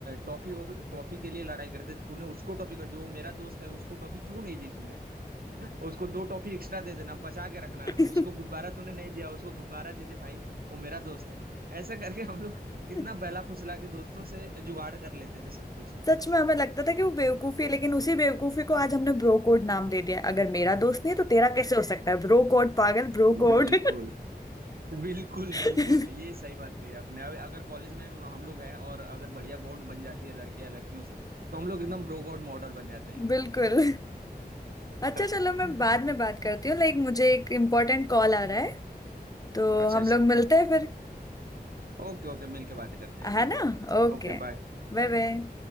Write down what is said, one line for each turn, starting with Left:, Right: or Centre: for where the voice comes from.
Right: टॉफी टॉफी के लिए लड़ाई करते थे, तूने उसको टॉफी कर दी वो मेरा दोस्त है उसको टॉफी क्यों नहीं दी तूने उसको दो टॉफी एक्स्ट्रा दे देना बचा के रखना
Left: है
Right: उसको गुब्बारा तूने नहीं दिया उसको गुब्बारा दे दे भाई वो मेरा दोस्त है ऐसा करके हम लोग कितना
Left: <laughs>
Right: बहला फुसला के दोस्तों से जुगाड़ कर लेते थे सब कुछ
Left: सच में हमें लगता था कि वो बेवकूफी है लेकिन उसी बेवकूफी को आज हमने ब्रो कोड नाम दे दिया है। अगर मेरा दोस्त नहीं है, तो तेरा कैसे हो सकता है ब्रो कोड पागल ब्रो कोड
Right: बिल्कुल बिल्कुल
Left: <laughs>
Right: बिल्कुल ये सही बात कही आपने अब अगर कॉलेज में हम लोग हैं और अगर बढ़िया बॉन्ड बन जाती है लड़के या लड़कियों से तो हम लोग एकदम ब्रो गॉड मॉडल बन जाते हैं एकदम
Left: बिल्कुल अच्छा
Right: <laughs>
Left: चलो मैं बाद में बात करती हूँ लाइक मुझे एक इम्पोर्टेंट कॉल आ रहा है तो
Right: अच्छा
Left: हम
Right: अच्छा
Left: लोग मिलते हैं फिर
Right: ओके ओके मिल के बातें करते हैं
Left: है
Right: ठीक
Left: ना
Right: है फिर
Left: Okay
Right: Okay bye
Left: bye bye